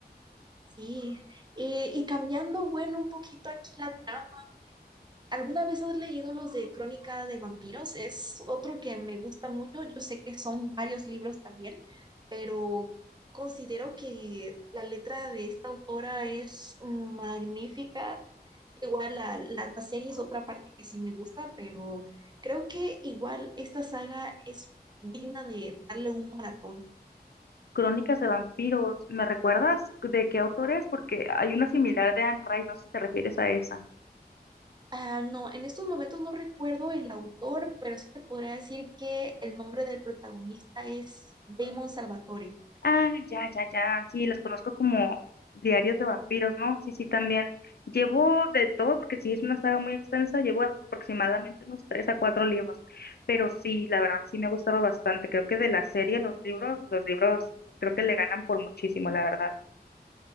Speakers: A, on the right; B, on the left.
A: Sí, y, y cambiando, bueno, un poquito aquí la trama. ¿Alguna vez has leído los de Crónica de Vampiros? Es otro que me gusta mucho. Yo sé que son varios libros también, pero considero que la letra de esta autora es magnífica. Igual la, la, la serie es otra parte que sí me gusta, pero creo que igual esta saga es digna de darle un maratón.
B: Crónicas de vampiros, ¿me recuerdas de qué autor es? Porque hay una similar de Anne Rice, no sé si te refieres a esa.
A: Ah, no, en estos momentos no recuerdo el autor, pero sí te podría decir que el nombre del protagonista es Damon Salvatore.
B: Ah, ya, ya, ya, sí, las conozco como Diarios de vampiros, ¿no? Sí, sí, también. Llevo de todo, porque sí es una saga muy extensa, llevo aproximadamente unos tres a cuatro libros, pero sí, la verdad, sí me ha gustado bastante. Creo que de la serie, los libros, los libros creo que le ganan por muchísimo, la verdad.